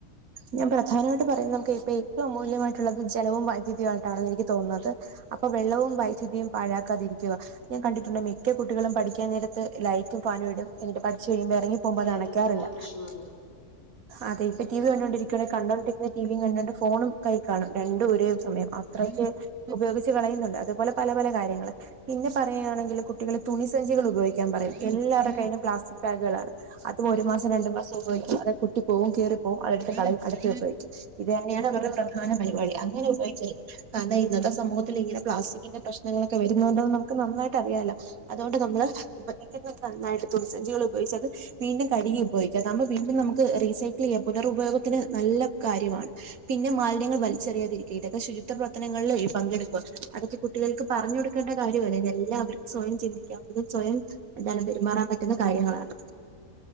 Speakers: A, on the right; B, on the left.
A: ഞാൻ പ്രധാനമായിട്ട് പറയുന്നത് നമുക്ക് ഇപ്പൊ ഏറ്റവും അമൂല്യമായിട്ടുള്ളത് ജലവും വൈദ്യുതിയുമായിട്ടാണ് എനിക്ക് തോന്നുന്നത്. അപ്പൊ വെള്ളവും വൈദ്യുതിയും പാഴാക്കാതിരിക്കുക. ഞാൻ കണ്ടിട്ടുണ്ട് മിക്ക കുട്ടികളും പഠിക്കാൻ നേരത്ത് ലൈറ്റും ഫാനും ഇടും എന്നിട്ട് പഠിച്ച് കഴിയുമ്പോ എറങ്ങി പോകുമ്പോ
B: അതെ
A: അത്
B: അതെ
A: അണക്കാറില്ല
B: പ്രധാന പ്രശ്നമാണത്
A: അതെ ഇപ്പൊ ടി വി കണ്ടോണ്ടി കണ്ടോണ്ടിരിക്ണ ടി വി കണ്ടോണ്ട് ഫോണും കൈ കാണും രണ്ടും ഒരേ സമയം അത്രയ്ക്ക് ഉപയോഗിച്ച് കളയുന്നുണ്ട് അതുപോലെ പല പല കാര്യങ്ങള് പിന്നെ പറയാണെങ്കില് കുട്ടികള് തുണി സഞ്ചികള് ഉപയോഗിക്കാൻ പറയും എല്ലാരുടെ കയ്യിലും പ്ലാസ്റ്റിക് ബാഗുകളാണ് അത് ഒരു മാസം രണ്ട് മാസം ഉപയോഗിക്കും അത് പൊട്ടി പോവും കീറിപ്പോവും അതെടുത്ത് കളയും അടുത്ത ഉപയോഗിക്കും. ഇത് തന്നെയാണ് ഇവരുടെ പ്രധാന പരിപാടി അങ്ങനെ ഉപയോഗിച്ച കാരണം ഇന്നത്തെ സമൂഹത്തില് ഇങ്ങനെ പ്ലാസ്റ്റിക്കിന്റെ പ്രശ്നങ്ങളൊക്കെ വരുന്നുണ്ടോന്ന് നമുക്ക് നന്നായിട്ട് അറിയാലോ അതുകൊണ്ട് നമ്മള് ഉപയോഗിക്കുന്നത് നന്നായിട്ട് തുണിസഞ്ചികള് ഉപയോഗിച്ചാല് വീണ്ടും കഴുകി ഉപയോഗിക്കാം അതാകുമ്പോ വീണ്ടും നമുക്ക് റീസൈക്കിൾ ചെയ്യാം പുനരുപയോഗത്തിന് നല്ല കാര്യമാണ്. പിന്നെ മാലിന്യങ്ങൾ വലിച്ചെറിയാതിരിക്കുക, ഇതൊക്കെ ശുചിത്വ പ്രവർത്തനങ്ങളിൽ പങ്കെടുക്കുക അതൊക്കെ കുട്ടികൾക്ക് പറഞ്ഞു കൊടുക്കേണ്ട കാര്യവല്ലേ ഇതെല്ലാവർക്കും സ്വയം ചിന്തിക്കാവുന്നതും സ്വയം എന്താലും പെരുമാറാൻ പറ്റുന്ന കാര്യങ്ങളാണ്.